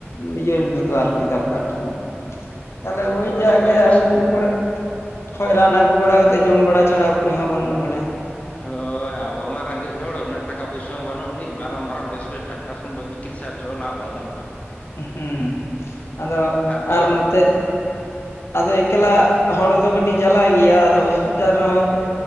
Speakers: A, on the left (about 65°); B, on the left (about 30°).
A: ᱱᱤᱭᱟᱹ ᱨᱮᱫᱚ ᱟᱨᱠᱤ ᱰᱟᱠᱛᱟᱨ ᱴᱷᱮᱱ ᱫᱚ ᱛᱟᱞᱮ
B: ᱦᱳᱭ
A: ᱳᱭ ᱡᱟᱜᱮ
B: ᱢᱩᱥᱠᱤᱞ
A: ᱟᱣᱩᱴᱰᱳᱨ ᱠᱚᱨᱮ ᱠᱷᱚᱱ ᱨᱟᱱ ᱟᱹᱜᱩ ᱵᱟᱲᱟ ᱠᱟᱛᱮᱫ ᱡᱚᱢ ᱵᱟᱲᱟ ᱪᱷᱟᱲᱟ ᱩᱯᱟᱹᱭ ᱦᱚᱸ ᱵᱟᱹᱱᱩᱜ ᱟᱠᱟᱫᱟ
B: ᱦᱳᱭ ᱟᱵᱚ ᱢᱟ ᱨᱮᱸᱜᱮᱡ ᱦᱚᱲ ᱩᱱᱟᱹᱜ ᱴᱟᱠᱟ ᱯᱩᱭᱥᱟᱹ ᱦᱚᱸ ᱵᱟᱹᱱᱩᱜ ᱟᱹᱱᱤᱡ ᱢᱟᱨᱟᱝ ᱢᱟᱨᱟᱝ ᱵᱮᱥ ᱵᱮᱥ ᱴᱟᱠᱟ ᱛᱟᱨᱟᱥ ᱪᱤᱠᱤᱛᱥᱟ ᱦᱚᱪᱚᱼᱟ ᱚᱱᱟ ᱦᱚᱸ ᱵᱟᱭ ᱜᱟᱱᱚᱜᱼᱟ᱾
A: ᱦᱮᱸ ᱟᱫᱚ
B: ᱟᱫᱚ
A: ᱟᱨ ᱱᱚᱛᱮ ᱟᱫᱚ ᱮᱠᱞᱟ ᱦᱚᱲ ᱫᱚ ᱠᱟᱹᱴᱤᱡ ᱡᱟᱞᱟ ᱜᱮᱭᱟ ᱟᱫᱚ ᱦᱚᱥᱯᱤᱴᱟᱞ ᱨᱮᱦᱚᱸ